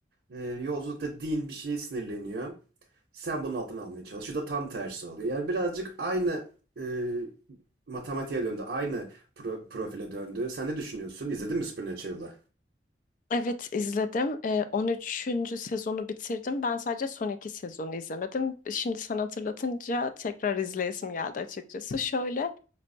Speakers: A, on the right (about 75°); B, on the left (about 50°).
A: ee, yolculukta Dean bir şeye sinirleniyor. Sen bunun altını almaya çalış. Şu da tam tersi oluyor. Yani birazcık aynı e, matematiğe döndü. Aynı pro- profile döndü. Sen ne düşünüyorsun? İzledin mi Supernatural'ı?
B: Evet izledim. Ee, on üçüncü sezonu bitirdim. Ben sadece son iki sezonu izlemedim. Şimdi sen hatırlatınca tekrar izleyesim geldi açıkçası. Şöyle